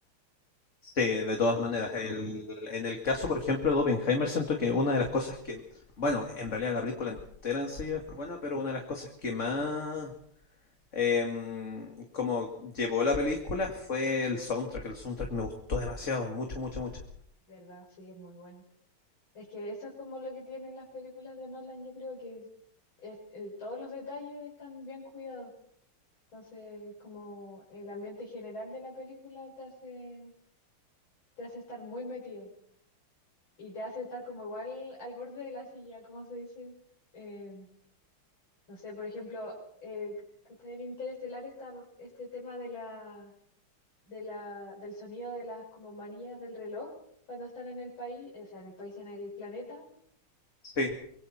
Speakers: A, on the left; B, on the left.
A: Sí, de todas maneras. El- en el caso, por ejemplo, de Oppenheimer, siento que una de las cosas que, bueno, en realidad la película entera en sí es buena, pero una de las cosas que más em, como llevó la película fue el soundtrack. El soundtrack me gustó demasiado, mucho, mucho, mucho.
B: ¿Verdad? Sí, es muy bueno. Es que eso es como lo que tienen las películas de Nolan, yo creo que es- es- eh, todos los detalles están bien cuidados. Entonces, como el ambiente general de la película te hace, te hace estar muy metido y te hace estar como igual al borde de la silla, como se dice. Eh, no sé, por ejemplo, eh, que está en Interestelar está este tema de la, de la, del sonido de las como manillas del reloj cuando están en el país, o sea, en el país, en el planeta
A: Sí,